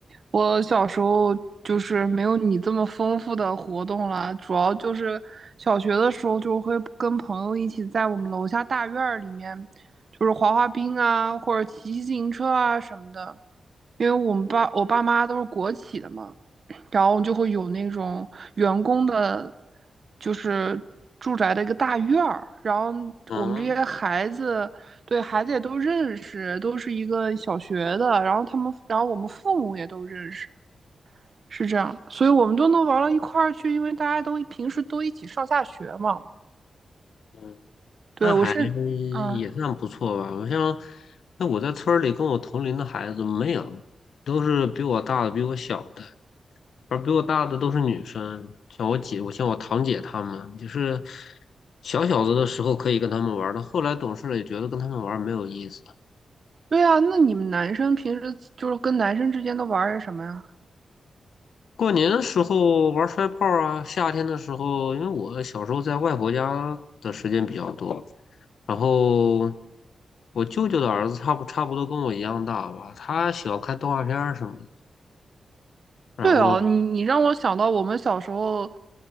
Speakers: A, on the right; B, on the left.
A: 我小时候就是没有你这么丰富的活动啦，主要就是小学的时候就会跟朋友一起在我们楼下大院儿里面，就是滑滑冰啊，或者骑自行车啊什么的。因为我们爸我爸妈都是国企的嘛，然后就会有那种员工的，就是住宅的一个大院儿，然后我们这些孩子，
B: 嗯，
A: 对孩子也都认识，都是一个小学的，然后他们，然后我们父母也都认识，是这样，所以我们都能玩到一块儿去，因为大家都平时都一起上下学嘛。
B: 嗯，
A: 对，
B: 那还
A: 我是，嗯，
B: 也算不错吧。好像那我在村儿里跟我同龄的孩子没有，都是比我大的、比我小的，而比我大的都是女生，像我姐、我像我堂姐她们，就是小小子的时候可以跟他们玩儿的，后来懂事了也觉得跟他们玩儿没有意思了
A: 对啊，那你们男生平时就是跟男生之间都玩儿些什么呀？
B: 过年的时候玩摔炮啊，夏天的时候，因为我小时候在外婆家的时间比较多，然后我舅舅的儿子差不差不多跟我一样大吧，他喜欢看动画片儿什么的。然后，
A: 对哦，你你让我想到我们小时候，